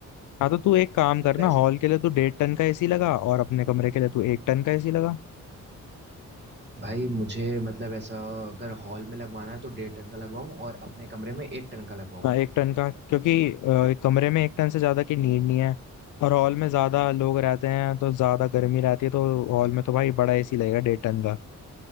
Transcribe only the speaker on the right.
वैस
भाई मुझे मतलब ऐसा अगर हॉल में लगवाना है तो डेढ़ टन का लगवाऊं और अपने कमरे में एक टन का लगवाऊं